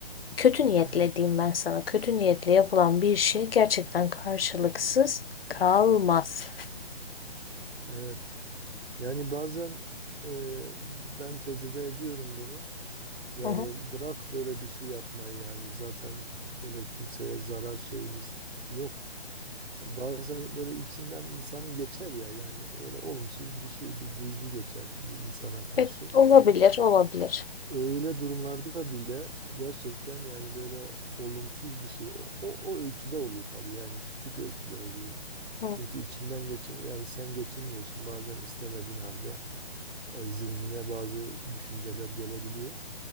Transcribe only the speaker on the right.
evet,
evet. Yani bazen e, ben tecrübe ediyorum bunu. Yani
bırak böyle bir şey yapmayı yani zaten öyle kimseye zarar şeyimiz yok. Bazen böyle içinden insanın geçer ya yani öyle olumsuz bir şey, bir duygu geçer bir insana karşı.
Öyle durumlarda bile gerçekten yani böyle olumsuz bir şey o, o, o ölçüde oluyor tabii yani küçük ölçüde oluyor.
Çünkü içinden geçir yani sen geçirmiyorsun bazen istemediğin halde e, zihnine bazı düşünceler gelebiliyor.